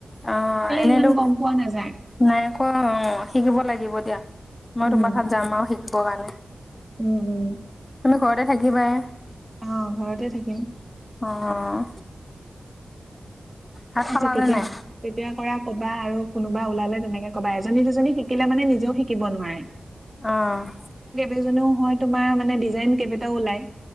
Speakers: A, on the left (about 25°); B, on the right (about 20°).
A: অ', এনেইটো
B: ইমান গম পোৱা নাযায়।
A: নাই আকৌ অ', শিকিব লাগিব দিয়া, মই
B: উম,
A: তোমাৰ তাত যাম আৰু শিকি ব কাৰণে
B: উম, উম।
A: তুমি ঘৰতে থাকিবাই
B: অ', ঘৰতে থাকিম।
A: অ', ভাত
B: কে আছে
A: খালানে
B: কেতিয়া
A: নাই?
B: কেতিয়া কৰা ক'বা আৰু কোনোবা ওলালে তেনেকে ক'বা এজনী দুজনী শিকিলে মানে নিজেও শিকিব নোৱাৰে।
A: অ'।
B: কেইজনেও হয় তোমাৰ মানে দিজ জাইন কেইবাটাও ওলাই